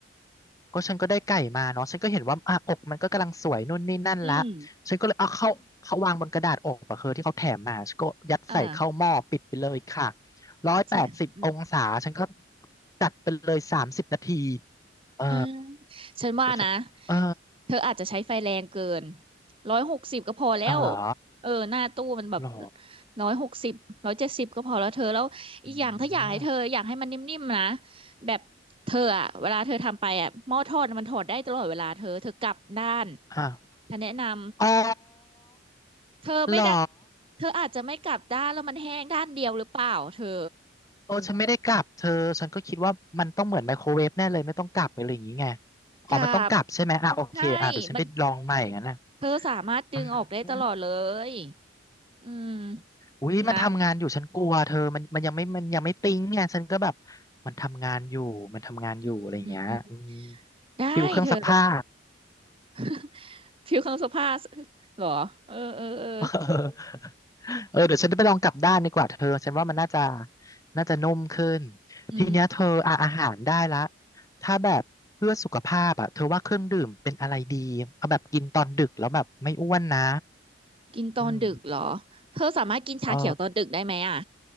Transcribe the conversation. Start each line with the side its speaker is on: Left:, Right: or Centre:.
Left: ก็ฉันก็ได้ไก่มาเนาะฉันก็เห็นว่าอ่ะอกมันก็กำลังสวยนู่นนี่นั่นละ
Right: อืม
Left: ฉันก็เลยเอาเข้าเขาวางบนกระดาษอกอะเธอที่เขาแถมมาฉันก็ยัดใส่เข้าหม้อปิดไปเลยค่ะ
Right: อ่า
Left: ร้อยแปดสิบองศาฉันก็
Right: ใช่อืม
Left: จัดไปเลยสามสิบนาทีเออ
Right: อ่าฉันว่านะ
Left: ก็จะเออ
Right: เธออาจจะใช้ไฟแรงเกินร้อยหกสิบก็พอแล้ว
Left: เอาเหรอ
Right: เออหน้าตู้มันแบบ
Left: หรอ
Right: ร้อยหกสิบร้อยเจ็ดสิบก็พอแล้วเธอแล้วอีกอย่างถ้าอยากให้เธออยากให้มันนิ่มๆนะ
Left: อืม
Right: แบบเธออะเวลาเธอทำไปอะหม้อทอดมันถอดได้ตลอดเวลาเธอเธอกลับด้าน
Left: อ่ะ
Right: ฉันแนะนำ
Left: อ๋อ
Right: เธอไม่ได้
Left: เหรอ
Right: เธออาจจะไม่กลับด้านแล้วมันแห้งด้านเดียวหรือเปล่าเธอ
Left: โอ้ฉันไม่ได้กลับเธอฉันก็คิดว่ามันต้องเหมือนไมโครเวฟแน่เลยไม่ต้องกลับอะไรอย่างงี้ไงอ๋อมันต้องกลับใช่ไหมอ่ะโอเคอ่ะเดี๋ยวฉันไปลองใหม่งั้นนะ
Right: กลับ ใช่มันเธอสามารถดึงออกได้ตลอดเลย
Left: อืม
Right: อืม
Left: อุ้ยมันทำงานอยู่ฉันกลัวเธอมันมันยังไม่มันยังไม่ติ้งไงฉันก็แบบ
Right: นะ
Left: มันทำงานอยู่มันทำงานอยู่อะไรอย่างเงี้ยอืม
Right: อืมอืมอืมได้เธอ
Left: ฟิลเครื่องซักผ้า
Right: <laughs> ฟิวเครื่องซักผ้าเห <laughs> รอเออเออเออ
Left: เออเออเดี๋ยวฉันไปลองกลับด้านดีกว่าเธอฉันว่ามันน่าจะน่าจะนุ่มขึ้น
Right: อืม
Left: ทีเนี้ยเธออ่ะอาหารได้ละถ้าแบบเพื่อสุขภาพอ่ะเธอว่าเครื่องดื่มเป็นอะไรดีเอาแบบกินตอนดึกแล้วแบบไม่อ้วนนะ
Right: กินตอนดึกเหรอ
Left: อืม
Right: เธอสามารถกินชาเขียวตอนดึกได้ไหมอ่ะ
Left: เออ